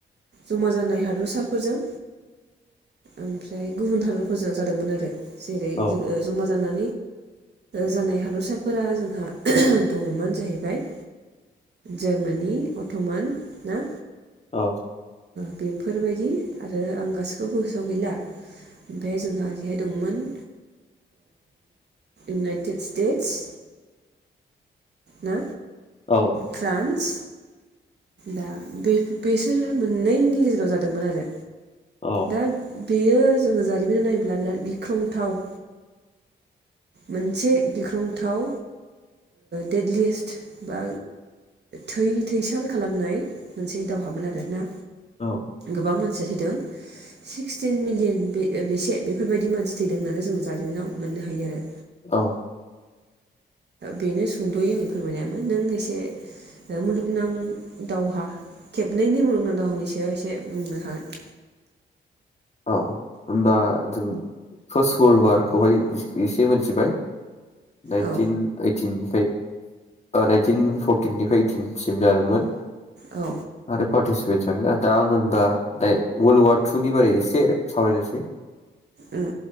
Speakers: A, on the right; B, on the left.
A: जमा जानाय हादरसाफोरजों ओमफ्राय गुबुन हादरफोरजों जादोंमोन आरो। जेरै
B: औ
A: ओ जमा जाना जानाय हादरसाफोरा जोंहा दङमोन जाहैबाय जार्मानि अथमान ना
B: औ
A: बेफोरबायदि आरो आं गासिखौबो गोसोआव गैला ओमफ्राय जोंहा ओरैहाय दंमोन इउनाइटेड स्टेटस ना
B: औ
A: फ्रान्स दा बे बेसोर मोननैनि गेजेराव जादोंमोन आरो
B: औ
A: दा बेयो जोङो जारिमिन नायोब्ला बिराद गिख्रंथाव मोनसे गिख्रंथाव दडेटलिस्ट बा थै थैसार खालामनाय मोनसे दावहामोन आरोना।
B: औ
A: गोबां मान सिया थैदों सिक्सटिन मिलियन बेसे बेफोरबायदि मानसि थैदों होननानै जों जारिमिनाव मोननो हायो आरो।
B: औ
A: बेनो सुंद'यै आंनि फोरमायनायामोन नों एसे मुलुगनां दावहा खेबनैनि मुलुगनां दावहानि सायाव एसे बुंनो हागोन।
B: औ औ होमबा जों फार्स्ट वर्ल वारखौहाय एसे मिथिबाय। नाइनटिन
A: औ
B: ओइटिन <unintelligible> ओ नाइनटिन फर इदटिननिफ्रायइ इथिं सिम जादोंमोन
A: औ
B: आरो पार्टिसिपेट जागोन ना दा आं होनबा वर्ल्ड ववार टुनि बारै एसे सावरायनोसै
A: उम